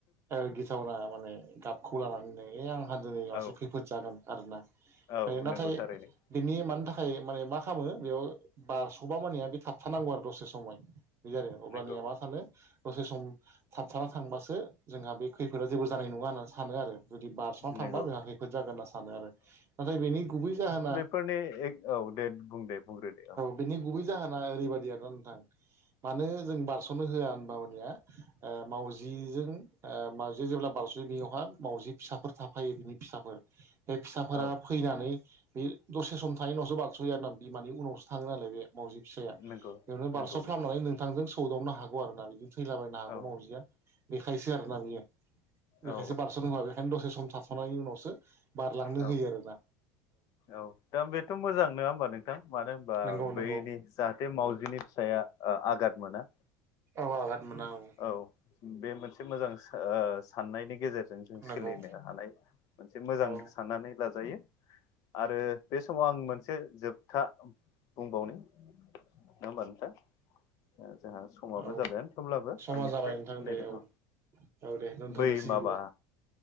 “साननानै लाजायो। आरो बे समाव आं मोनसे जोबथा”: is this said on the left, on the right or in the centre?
Left